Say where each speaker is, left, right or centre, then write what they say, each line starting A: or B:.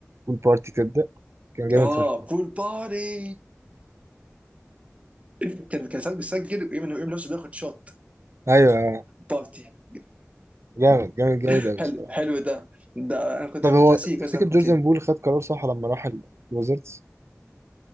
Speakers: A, on the right; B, on the right.
A: والبارتي تبدأ كان جامد
B: اه
A: فشخ
B: بول باري <laughs> كان كان ساعات بيسجل ويعمل يعمل نفسه بياخد شوت
A: ايوه
B: بارتي
A: جامد جامد جامد
B: <laughs>
A: قوي
B: حلو
A: الصراحة
B: حلو ده ده انا كنت
A: طب
B: كنت
A: هو
B: ناسيه
A: تفتكر
B: بس ده فكرتني
A: جوردن بول خد قرار صح لما راح ال- الوزيرتس